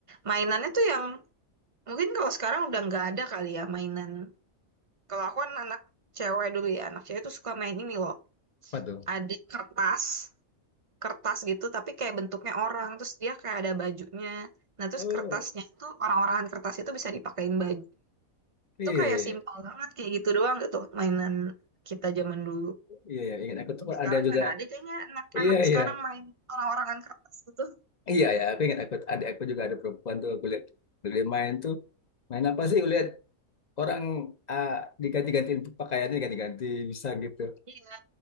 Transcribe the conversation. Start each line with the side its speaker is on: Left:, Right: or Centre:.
Right: Mainannya tuh yang mungkin kalau sekarang udah nggak ada kali ya mainan. Kalau aku kan anak cewek dulu ya, anak cewek tuh suka main ini loh.
Left: Apa tuh?
Right: Ada kertas, kertas gitu tapi kayak bentuknya orang terus dia kayak ada bajunya nah terus
Left: Oh
Right: kertasnya tuh orang-orangan kertas itu bisa dipakein baju
Left: iya,
Right: itu kayak simpel banget kayak gitu doang gitu mainan kita zaman dulu
Left: iya, iya, ingat aku
Right: Kalau
Left: tuh
Right: sekarang
Left: ada juga.
Right: mana ada kayaknya anak-anak
Left: Iya, iya,
Right: sekarang main orang-orangan kertas gitu
Left: iya, ya. Aku ingat aku ada aku juga ada perempuan tuh aku lihat dia main tuh. Main apa sih? Aku Lihat orang ah, diganti-gantiin pakaiannya ganti-ganti bisa gitu.
Right: iya